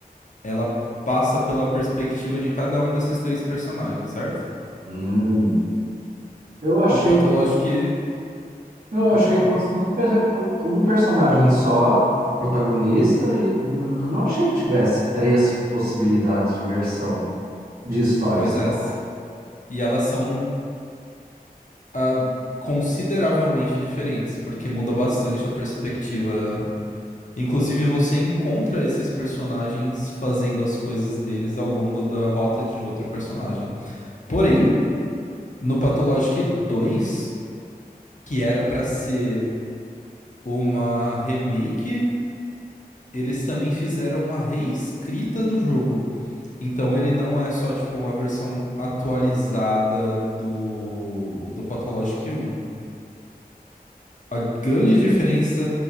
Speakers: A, on the left; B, on the right.
A: ela passa pela perspectiva de cada um desses três personagens, certo?
B: Hum. Eu achei
A: O patológico
B: que fosse.
A: que...
B: Não, eu
A: Pode
B: achei
A: falar.
B: que fosse um, per- um personagem só, protagonista, e hum, não achei que tivesse três possibilidades de versão de história,
A: Pois
B: sei
A: é.
B: lá.
A: E elas são ah, consideravelmente diferentes, porque muda bastante a perspectiva. Inclusive, você encontra esses personagens fazendo as coisas deles ao longo da rota de outro personagem. Porém, no Pathologic dois, que era pra ser uma remake, eles também fizeram uma reescrita do jogo. Então ele não é só tipo uma versão atualizada do do Pathologic Um. A grande diferença